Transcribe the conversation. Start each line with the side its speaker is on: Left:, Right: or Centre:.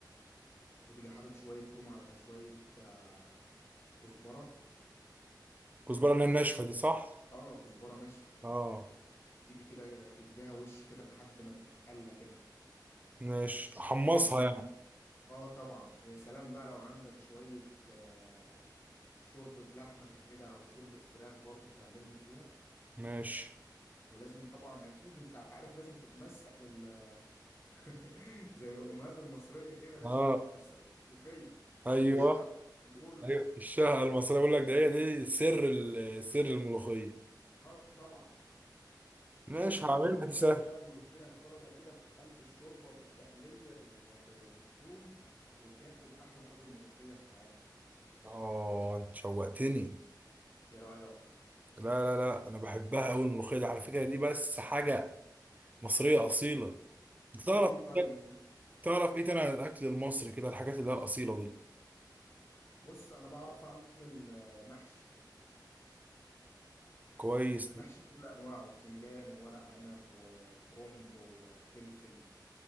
Left: وتيجي حاطط شوية توم على شوية آه، كزبرة
Right: كزبره اللي هي الناشفه دي صح
Left: اه كزبرة ناشفة
Right: اه
Left: تيجي كده تديها وش كده لحد ما تتقلى كده
Right: ماشي حمصها
Left: يا سلام
Right: يعني
Left: اه طبعا ويا سلام بقى لو عندك شوية آه، شوربة لحمة كده او شوربة فراخ برضو تعملهم فيها
Right: ماشي
Left: ولازم طبعا اكيد انت عارف لازم تتمسق لل <laughs> زي الامهات المصرية كده لازم
Right: اه
Left: يتمسقوا في الملوخية
Right: ايوه
Left: ويشهقوا بيقولوا
Right: ايوه الشهقه المصريه بقول لك ده هي دي سر ال- سر الملوخيه
Left: اه طبعا
Right: ماشي
Left: وتيجي
Right: هعملها
Left: طبعا
Right: دي سهل
Left: حاطط بقى الملوخية الخضراء كده في قلب الشوربة بالتقلية بال... ب- بالثوم وتاكل احلى طاجن ملوخية في حياتك
Right: اه انت شوقتني
Left: ايه رأيك
Right: لا لا لا انا بحبها قوي الملوخيه دي على فكره دي بس حاجه مصريه اصيله انت تعرف
Left: قول لي طيب انت
Right: تعرف ايه تاني عن الاكل المصري كده الحاجات اللي هي الاصيله دي
Left: بص انا بعرف اعمل آه، محشي
Right: كويس
Left: آه، محشي بكل انواعه بتنجان وورق عنب وكرنب وفلفل